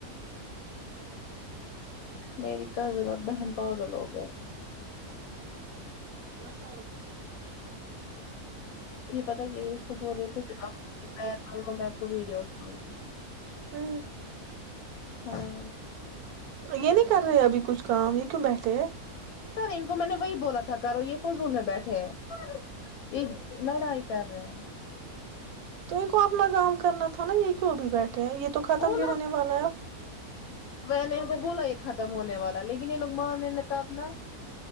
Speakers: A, on the left; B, on the right.
A: میری کزن اور بہن پاگل ہو گئے ہیں
B: ہال
A: ا پتا ہی ہے اس کو بول رہے کچھ ا پیر پر میں کو ویڈیو اٹھاؤں گی
B: ہ
A: ہاں
B: یہ نہیں کر رہے ہیں ابھی کچھ کااں یکم بیٹھے ہیں
A: ان کو میں نے وہی بولا تھا کرو یہ فضول میں بیٹھے ہے یہ لڑائی کر رہے
B: تو ان اپنا کام کرنا تھا نا یہ کیوں ابھی بیٹھے ہیں یہ تو ختم
A: بولا
B: بھی ہونے والا ہے اب۔
A: وہ نے ان کو بولا یہ ختم ہونے والا لیکن یہ لوگ ماں م نے تھا اپنا